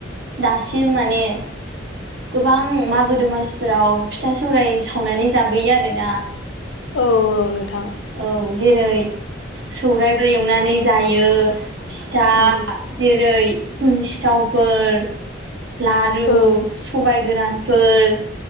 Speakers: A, on the right; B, on the left.
A: दासिम माने गोबां मागो दमासिफोराव फिथा सि जौराय सावनानै जाबोयो आरोना।
B: औ औ। नोंथां
A: औ जेरै सौरायफोर एवनानै जायो। फिथा
B: औ
A: जेरै सिथावफोर लारु
B: औ
A: सबाय गोरानफोर